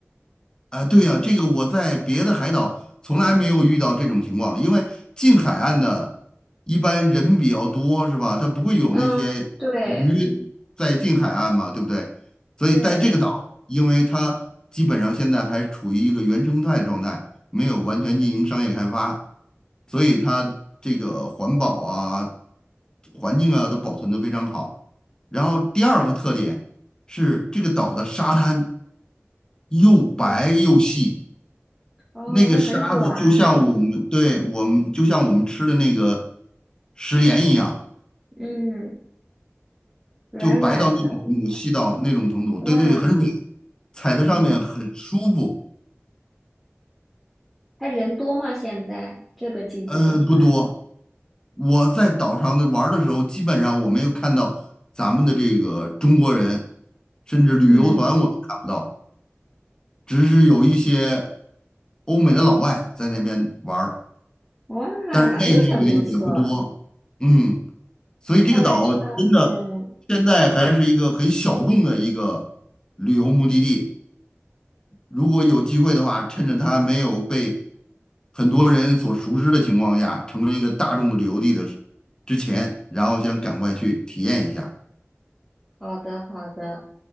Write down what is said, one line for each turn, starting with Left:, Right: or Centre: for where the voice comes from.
Left: 啊，对呀，这个我在别的海岛从来没有遇到这种情况，因为近海岸的一般人比较多，是吧？它不会有那些鱼在近海岸嘛，
Centre: <laughs> 嗯，对
Left: 对不对？所以在这个岛，
Centre: 对，
Left: 因为它基本上现在还处于一个原生态状态，没有完全进行商业开发，所以它这个环保啊、环境啊都保存得非常好。然后第二个特点是这个岛的沙滩又白又细。
Centre: 嗯，哦，
Left: 那个沙子就像我们，
Centre: 那很软，
Left: 对，我们就像我们吃的那个食盐一样，
Centre: 嗯，软软的，
Left: 就白到那种程度，细到那种程度，
Centre: 哇，
Left: 对对，很软，踩在上面很舒服。
Centre: 嗯，它人多吗？现在这个季节的话，
Left: 呃，不多，我在岛上的玩儿的时候，基本上我没有看到咱们的这个中国人，甚至旅游团我都看不到，
Centre: 嗯。
Left: 只是有一些欧美的老外在那边玩儿，
Centre: 哇，
Left: 但是那些人也不多。
Centre: 那很不错。
Left: 嗯。所以这个岛真的现在还是一个很小众的一个旅游目的地。
Centre: 看来知道，嗯，
Left: 如果有机会的话，趁着它没有被很多人所熟知的情况下，成为一个大众的旅游地的时之前，然后想赶快去体验一下。
Centre: 好的好的，